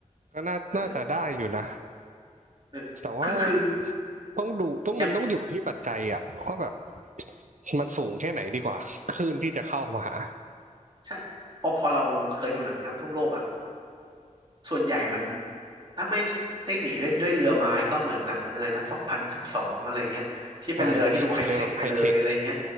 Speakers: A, on the right; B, on the right.
A: ก็น่าน่าจะได้อยู่นะ
B: เออเออคือคือ
A: แต่ว่าต้องดูต้องมันต้องอยู่ที่ปัจจัยอ่ะว่าแบบ
B: ยัง
A: มันสูงแค่ไหนดีกว่าคลื่นที่จะเข้ามาหา
B: ใช่เพราะพอเราเคยดูหนังน้ำท่วมโลกอ่ะส่วนใหญ่มันถ้าไม่ได้หนีด้วยด้วยเรือไม้ก็เหมือนหนังอะไรนะสองพันสิบสองอะไรเงี้ยที่เป็นเรือที่ดูไฮเทคไปเลยอะไรเงี้ย
A: อ่าเรือแบบไฮเทค